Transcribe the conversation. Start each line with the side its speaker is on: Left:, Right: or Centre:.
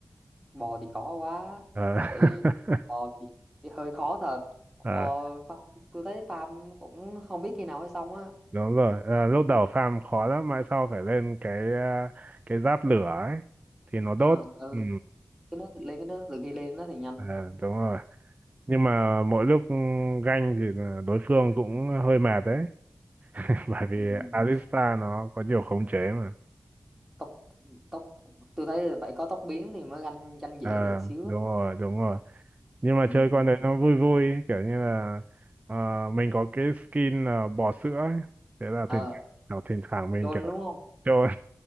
Centre: bò thì khó quá
Right: ờ
Centre: thì
Right: <laughs>
Centre: bò thì, thì hơi khó thật
Right: ờ,
Centre: bò farm, tôi thấy farm cũng không biết khi nào mới xong á
Right: đúng rồi Ờ, lúc đầu farm khó lắm mãi sau phải lên cái ờ, cái giáp lửa ấy thì nó đốt
Centre: Ờ, ừ,
Right: ừ
Centre: cái nó lên cái nó từ khi lên nó thì nhanh
Right: ờ, đúng rồi nhưng mà mỗi lúc ừ, ganh thì là đối phương cũng hơi mệt đấy <laughs> bởi vì
Centre: ừ.
Right: Alistar nó có nhiều khống chế mà
Centre: tốc tốc tôi thấy là phải có tốc biến thì mới ganh ganh
Right: ờ
Centre: dễ được xíu
Right: đúng
Centre: á.
Right: rồi đúng rồi nhưng mà
Centre: ừ.
Right: chơi con đấy nó vui vui ấy, kiểu như là ờ, mình có cái skin là bò sữa ấy. thế là
Centre: ờ
Right: thỉnh thoảng thỉnh thoảng mình
Centre: chôn
Right: kiểu
Centre: đúng không
Right: trôn